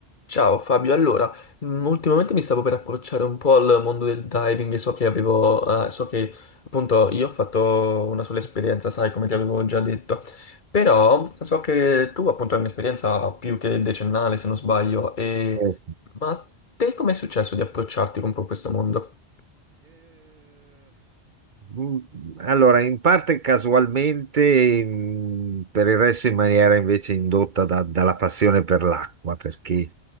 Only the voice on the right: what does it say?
Eh,
mm, allora, in parte casualmente, mm, per il resto in maniera invece indotta da- dalla passione per l'acqua, perché